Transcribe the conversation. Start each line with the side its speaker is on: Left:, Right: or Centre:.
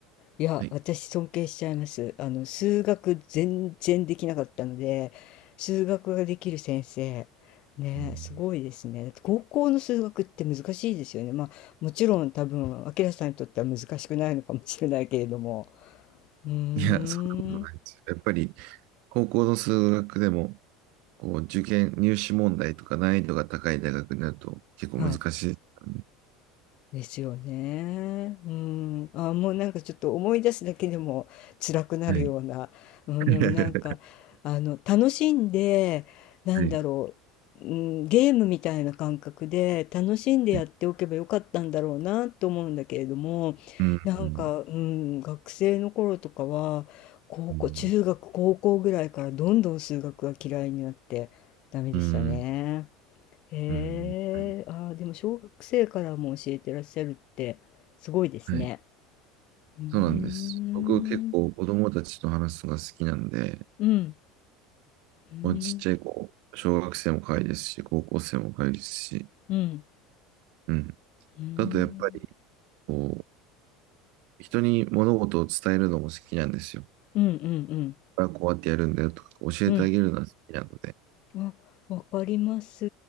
Left: いや、
Right: はい。
Left: 私尊敬しちゃいます。あの、数学全然できなかったので、数学ができる先生、ね、
Right: うん
Left: すごいですね。だって高校の数学って難しいですよね。まあ、もちろん多分、明さんにとっては難しくないのかもしれないけれども。うーん。
Right: いや、そんなことないですよ。やっぱり、高校の数学でも、こう、受験、入試問題とか難易度が高い大学になると結構難しいですからね。
Left: はい。ですよね。うん。あ、もうなんかちょっと思い出すだけでも辛くなるような。
Right: はい。はい。
Left: うん、
Right: <laughs>
Left: でもなんか、あの、楽しんで、なんだろう、
Right: はい。
Left: うん、ゲームみたいな感覚で楽しんでやっておけばよかったんだろうなと思うんだけれども、
Right: はいうん。
Left: なんか、
Right: うん。
Left: うん、学生の頃とかは、高校、
Right: うん。
Left: 中学、高校ぐらいからどんどん数学が嫌いになってダメでしたね。
Right: うん。
Left: へえ、
Right: うんは
Left: ああ、でも小学生からも教えてらっしゃるってすごいですね。
Right: い。はい
Left: うーん、
Right: そうなんです。僕結構子供たちと話すのが好きなんで、
Left: うん、うん、
Right: まあ、ちっちゃい子、小学生も可愛いですし、高校生も可愛いですし、
Left: うん、
Right: うん。
Left: うん、
Right: あとやっぱり、こう、人に物事を伝えるのも好きなんですよ。
Left: うん、うん、うん、
Right: これはこうやってやるんだよとか、教えてあげるのは好きなので、
Left: うん。あ、わかります。